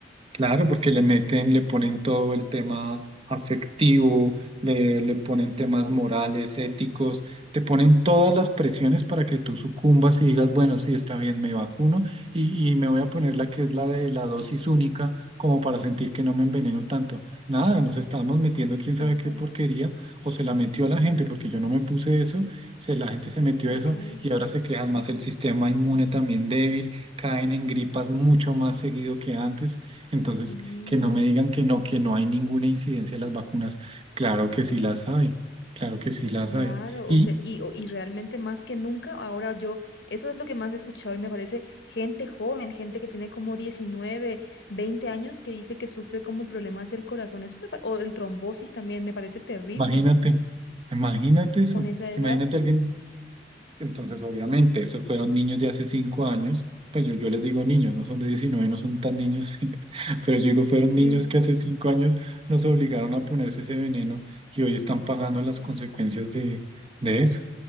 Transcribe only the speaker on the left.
Exacto.
Ok.
Sí,
claro,
o sea, y, o- y realmente más que nunca, ahora yo, eso es lo que más he escuchado y me parece gente joven, gente que tiene como 19 20 años que dice que sufre como problemas del corazón, eso me, pa- o el trombosis también me parece terrible
con esa edad.
Sí.
Sí,